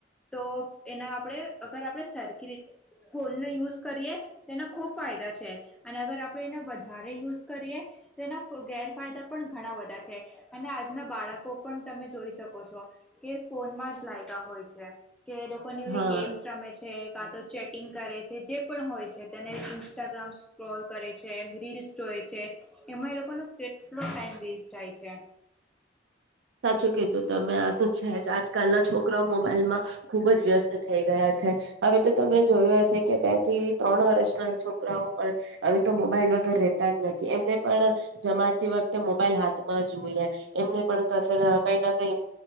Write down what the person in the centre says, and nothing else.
તો એના આપણે અગર આપણે સરખી રીતે ફોનને યુઝ કરીએ તેના ખુબ ફાયદા છે અને અગર આપણે એને વધારે યુઝ કરીએ તેના ગેરફાયદા પણ ઘણા બધા છે અને આજના બાળકો પણ તમે જોઈ શકો છો ફોનમાં જ લાગતા હોય છે કે લોકો
ગેમ્સ રમે છે કા તો ચેટિંગ કરે છે જે પણ હોય છે તેને ઇન્સ્ટાગ્રામ સક્રોલ કરે છે એમ રીલ્સ એમાં એ લોકો નો કેટલો ટાઈમ વેસ્ટ થાય છે